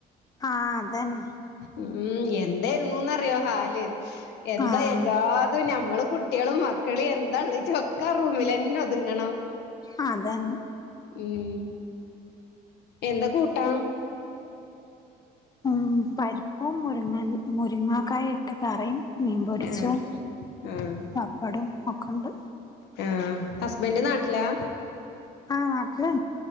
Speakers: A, on the left; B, on the left.
A: ആഹ അതന്നെ
B: ഉം എന്തായിരുന്നുന്ന്റിയോ ഹാല് എന്താ
A: ആഹ്
B: എല്ലാതും ഞമ്മള് കു കുട്ടികളും മക്കളും എന്താ ഉള്ള ഒക്കെ റൂമിൽന്നെ ഒതുങ്ങണം
A: ആ അതന്നെ
B: ഉം എന്താ കൂട്ടാ
A: ഉ പരിപ്പും മുരിങ്ങൻ മുരിങ്ങാക്കായി ഇട്ട് കറിയും മീൻ പൊരിച്ചതും
B: ആഹ് ആഹ്
A: പപ്പടും ഒക്കെ ഉണ്ട്
B: ആ ഹസ്ബന്ഡന്റെ നാട്ടിലാ
A: ആഹ് നാട്ടിലാ